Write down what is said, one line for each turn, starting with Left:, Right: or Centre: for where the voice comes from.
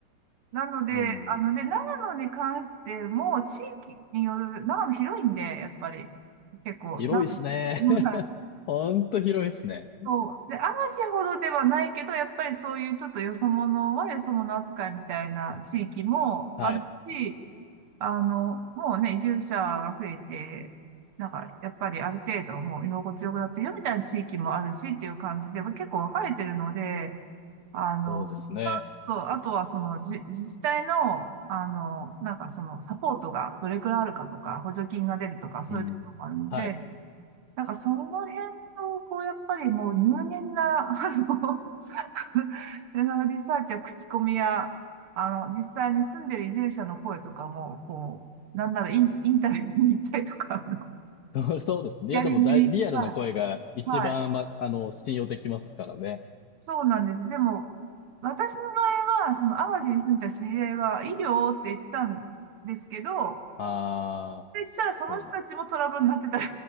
Right: なので、
Left: うん。
Right: あの、で、長野に関しても、地域による、長野広いんで、やっぱり、結構、
Left: 広いですね。
Right: 長野、
Left: <laughs>
Right: はい
Left: ほんと広いですね。
Right: そう。で、淡路ほどではないけど、やっぱりそういうちょっとよそ者はよそ者扱いみたいな地域もあるし、
Left: はい。
Right: あの、もうね、移住者が増えて、なんか、やっぱりある程度もう居心地よくなってるよみたいな地域もあるしっていう感じで、結構分かれてるので、あの、
Left: そうですね。
Right: そこはちょっと、あとはそのじ自治体の、あの、なんかそのサポートがどれくらいあるかとか、補助金が出るとか、そういうところもあるので、
Left: うん。はい。
Right: なんかその辺を、こう、やっぱりもう入念な、あの、<laughs> で、そのリサーチや口コミや、あの、実際に住んでる移住者の声とかも、こう、なんならイン、インタビューに行ったりとか、あの
Left: <laughs> そうそうですね。
Right: ヒアリングに、
Left: いや、でもだいリアルな声が一番、
Right: はい、はい、
Left: ま、あの、信用できますからね。
Right: そうなんです。でも、私の場合は、その淡路に住んでた知り合いは、医療って言ってたんですけど、っ
Left: ああ、
Right: て言ったらその人たちもトラブルになってたり
Left: そうなん